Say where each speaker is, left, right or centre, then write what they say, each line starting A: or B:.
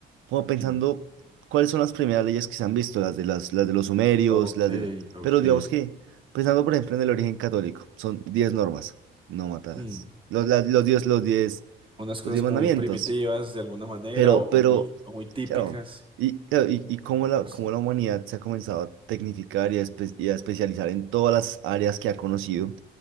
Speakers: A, on the right; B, on the right.
A: como pensando
B: Mm.
A: cuáles son las primeras leyes que se han visto, las de, las, las de los sumerios,
B: Ok,
A: las de...
B: ok.
A: Pero digamos que, pensando por ejemplo en el origen católico, son 10 normas, no matarás,
B: Mm.
A: los, las- los 10, los diez
B: Unas cosas
A: los 10
B: muy
A: mandamientos,
B: primitivas de alguna manera
A: pero,
B: o, o
A: pero,
B: muy, o muy típicas.
A: claro, y, claro, y, y cómo la,
B: Qué costum-
A: cómo la humanidad se ha comenzado a tecnificar y a espe- y a especializar en todas las áreas que ha conocido